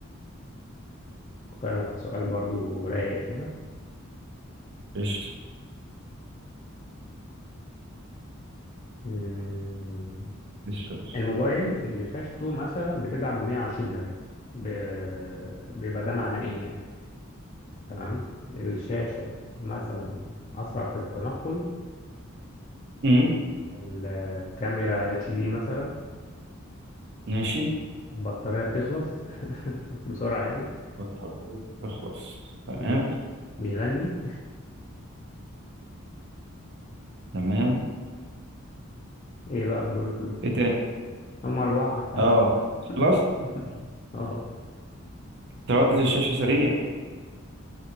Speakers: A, on the left (about 30°); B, on the right (about 55°).
A: أفكر لك في سؤال برضو رايق كده
B: قشطة
A: أمم،
B: الشغل
A: الموبايل اللي شاشته مثلا بتدعم ال 120 هرتز ب- بيبقى ده معناه إيه يعني تمام الشاشة مثلا أسرع في التنقل
B: امم
A: الكاميرا اتش دي مثلا
B: ماشي
A: البطارية بتخلص <laughs> بسرعة يعني
B: بطل- تخلص تمام
A: بي- بيغني
B: تمام
A: <laughs> إيه بقى في دول كلهم
B: ايه تاني
A: هم أربعة أنت عايز
B: اه
A: <laughs>
B: خلاص
A: اه
B: تردد الشاشة سريع